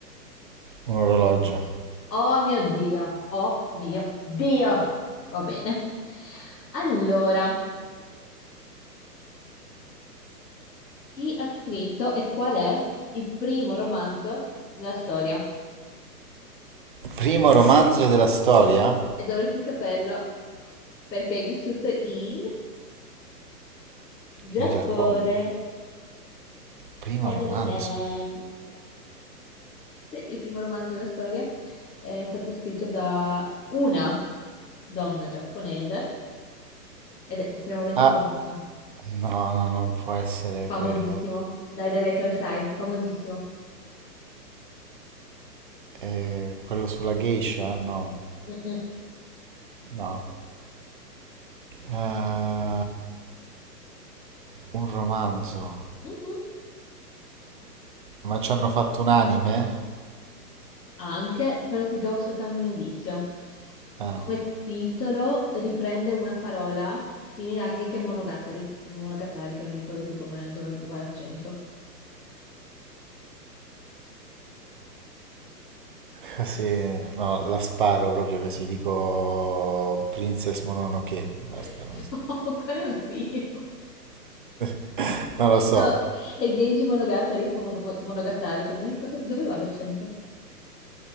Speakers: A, on the right (about 35°); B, on the left (about 80°).
A: Un orologio.
B: Oh mio Dio, oh mio Dio. Va bene. Allora, chi ha scritto e qual è il primo romanzo nella storia?
A: Primo romanzo della storia?
B: E dovresti saperlo perché hai vissuto in Giappone.
A: In Giappone. Primo
B: Ta-da-da-dan.
A: romanzo.
B: Sì, il primo romanzo della storia è stato scritto da una donna giapponese ed è estremamente
A: Ah,
B: famoso.
A: No, no, non può essere
B: Famosissimo.
A: quello.
B: Dai, dai, dai, che lo sai. Famosissimo.
A: Eh, quello sulla geisha? No,
B: Mm-mm.
A: no. Eh, un romanzo.
B: Mhm.
A: Ma ci hanno fatto un anime?
B: Anche, però ti do soltanto un indizio.
A: Eh,
B: Come titolo riprende una parola simile a Heike Monogatari, o Monogatari che non mi ricordo più come, dove va l'accento.
A: così, no, la sparo proprio così. Dico Princess Mononoke. Basta,
B: <laughs>
A: non so.
B: No, qual è un film?
A: <laughs> Non lo so.
B: No, è Genji Monogatari, o Mono- Monogatari che non mi ricordo dove va l'accento.